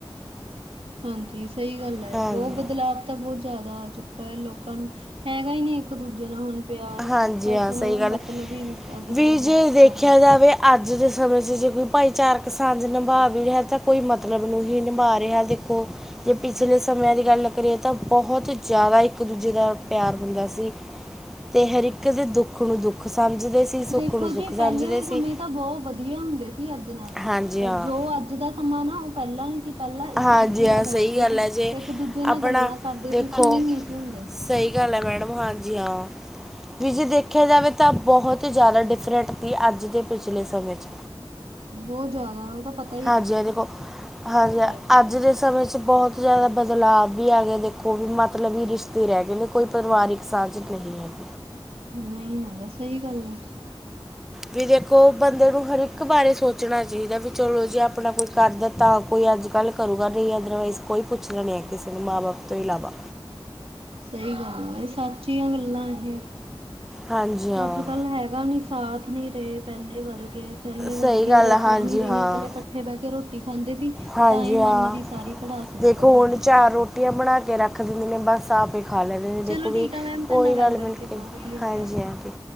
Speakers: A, on the right; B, in the centre.
A: ਹਾਂਜੀ, ਸਹੀ ਗੱਲ ਏ
B: ਹਾਂਜੀ
A: ਬਹੁਤ ਬਦਲਾਵ ਤਾ ਬਹੁਤ ਜਾਦਾ ਆ ਚੁੱਕਾ ਹੈ ਲੋਕਾਂ ਨੂੰ ਹੈਗਾ ਹੀ ਨਹੀ ਇੱਕ ਦੂਜੇ ਨਾਲ ਹੁਣ ਪਿਆਰ,
B: ਹਾਂਜੀ
A: ਬਸ
B: ਹਾਂ
A: ਉਹਨਾਂ
B: ਸਹੀ
A: ਨੂੰ
B: ਗੱਲ
A: ਮਤਲਬ
B: ਹੈ।
A: ਹੀ ਅੱਜ -ਕੱਲ
B: ਵੀ
A: ਬਹੁਤ
B: ਜੇ ਦੇਖਿਆ
A: ਸਾਰਾ।
B: ਜਾਵੇ ਅੱਜ ਦੇ ਸਮੇਂ 'ਚ ਜੇ ਕੋਈ ਭਾਈਚਾਰਕ ਸਾਂਝ ਨਿਭਾ ਵੀ ਰਿਹਾ ਤਾਂ ਕੋਈ ਮ ਮਤਲਬ ਨੂੰ ਹੀ ਨਿਬਾਹ ਰੇ ਆ ਜੀ। ਜੇ ਪਿਛਲੇ ਸਮਿਆਂ ਦੀ ਗੱਲ ਕਰੀਏ ਤਾਂ ਬੋਤ ਜ਼ਿਆਦਾ ਇੱਕ ਦੂਜੇ ਦਾ ਪਿਆਰ ਬ ਸੀ ਤੇ ਹਰ ਇੱਕ ਦੇ ਦੁੱਖ ਨੂੰ ਦੁੱਖ ਸਮਝਦੇ ਸੀ। ਸੁੱਖ
A: ਦੇਖੋ
B: ਨੂੰ ਸੁੱਖ
A: ਜੀ
B: ਸਮਝਦੇ
A: ਪਹਿਲੇ ਦੇ ਸਮੇਂ
B: ਸੀ
A: ਤਾਂ ਬੋਹ ਵਧੀਆ ਹੁੰਦੇ ਸੀ ਅੱਗੇ ਨਾਲੋਂ
B: ਹਾਂਜੀ ਹਾਂ
A: ਜੋ ਅੱਜ ਦਾ ਸਮਾਂ ਨਾ ਉਹ ਪਹਿਲਾਂ ਨੀ ਸੀ। ਪਹਿਲਾਂ ਇੱਕ
B: ਹਾਂਜੀ
A: ਦੂਜੇ
B: ਹਾਂ
A: ਨਾਲ ਬੈਠਦੇ
B: ਸਹੀ ਗੱਲ
A: ਸੀ
B: ਹੈ ਜੇ
A: ਇੱਕ ਦੂਜੇ ਨਾਲ
B: ਆਪਣਾ
A: ਗੱਲਾਂ ਕਰਦੇ
B: ਦੇਖੋ
A: ਸੀ ਫੋਨ ਨੀ ਸੀ ਹੁੰਦੇ।
B: ਸਹੀ ਗੱਲ ਹੈ ਮੈਡਮ, ਹਾਂਜੀ ਹਾਂ। ਵੀਰ ਜੀ ਦੇਖਿਆ ਜਾਵੇ ਤਾਂ ਬਹੁਤ ਹੀ ਜ਼ਿਆਦਾ ਡਿਫਰੈਂਟ ਸੀ ਅੱਜ ਦੇ ਪਿਛਲੇ ਸਮੇਂ ਚ
A: ਬੌਤ ਜਾਦਾ ਉਹਦਾ ਪਤ
B: ਹਾਂਜੀ, ਹਾਂ ਦੇਖੋ ਹਾਂਜੀ ਹ
A: ਚੁੱਕਾ।
B: ਅੱਜ ਦੇ ਸਮੇਂ ਚ ਬੋਤ ਜਾਦਾ ਬਦਲਾਵ ਵੀ ਹੈਗੇ ਦੇਖੋ ਵੀ ਮਤਲਬਬੀ ਰਿਸ਼ਤੇ ਰਹਿ ਗਏ ਨੇ ਕੋਈ ਪਰਿਵਾਰਿਕ ਸਾਂਝ ਨਹੀ। ਹ <unintelligible>
A: ਨਹੀਂ ਹੈਗਾ ਸਹੀ ਗੱਲ ਆ।
B: ਵੀ ਦੇਖੋ ਬੰਦੇ ਨੂੰ ਹਰ ਇੱਕ ਬਾਰੇ ਸੋਚਣਾ ਚਾਹੀਦਾ ਵੀ ਚਲੋ ਜੇ ਆਪਣਾ ਕੋਈ ਕਰਦਾ ਤਾਂ ਕੋਈ ਅੱਜ ਕੱਲ ਕਰੇਗਾ ਨਹੀਂ ਅਦਰਵਾਈਜ਼ ਕੋਈ ਪੁੱਛਣਾ ਨੀ ਹੈ ਕਿਸੇ ਨੇ ਮਾਂ ਬਾਪ ਤੋਂ ਇਲਾਵਾ।
A: ਸਹੀ ਗੱਲ ਆ ਇਹ ਸੱਚੀਆਂ ਗੱਲਾਂ ਇਹ
B: ਹਾਂਜੀ ਹਾਂ
A: ਅੱਜ ਕੱਲ ਹੈਗਾ ਨੀ ਸਾਥ ਨੀ ਰਹੇ ਪੈਲੇ ਵਰ ਤੇ ਪੈਲੇ ਵਰਗੀਆਂ
B: ਸਹੀ ਗੱਲ
A: ਰੋਟੀਆਂ
B: ਆ ਹਾਂਜੀ
A: ਨੀ ਰਈਆਂ,
B: ਹਾਂ
A: ਪੈਲੇ ਕੱਠੇ ਬੈ ਕੇ ਰੋਟੀ ਖਾਂਦੇ ਸੀ
B: ਹਾਂਜੀ
A: ਤਾਂਈ
B: ਹਾਂ
A: ਮਨ ਦੀ ਸਾਰੀ ਪੜਾਸ ਨਿਕਲ
B: ਦੇਖੋ
A: ਜਾਂਦੀ
B: ਹੁਣ ਚਾਰ
A: ਸੀ
B: ਰੋਟੀਆਂ ਬਣਾ ਕੇ ਰੱਖ ਦਿੰਦੀ ਨੇ ਬਸ ਆਪ ਹੀ ਖਾ ਲੈਂਦ ਨੀ ਦੇਖੋ
A: ਚਲੋ
B: ਬਈ
A: ਠੀਕ ਆ ਮੈਮ ਤੁਹਾਡੇ
B: ਕੋਈ
A: ਨਾਲ ਗੱਲ
B: ਗਲ
A: ਕਰਕੇ
B: ਮਿਲ
A: ਬਹੁਤ
B: ਕੇ,
A: ਵਧੀਆ ਲੱਗਾ
B: ਹਾਂਜੀ-ਹਾਂਜੀ।